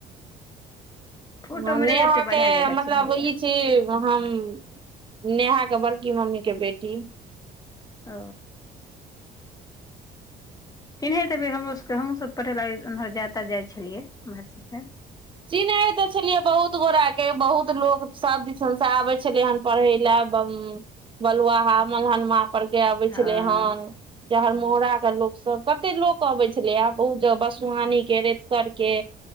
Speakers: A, on the left; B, on the right.
A: फोटोमे
B: ह नेहा
A: नहि ओते बढ़िआँ
B: के
A: जकाँ
B: मतलब
A: चिन्हैये
B: ई छी हम नेहाक के बड़की मम्मीके बेटी
A: ओ चिन्ह देै हमरो सबके हमूँ सब पढ़े ल उम्हर जाय जाइ छलियै मषि प।
B: चिना ते छलियै बहुत गोरा के बहुत लोक सब दिशंसा आबै छलै हेन पढ़ै लए बलुआहा मलहन म परके अबै
A: हँ
B: छलै हेन। जहरमोड़ा के लोक सब कते लोक अबे छले आ बहुत जगह बसआानी के, रेतकर के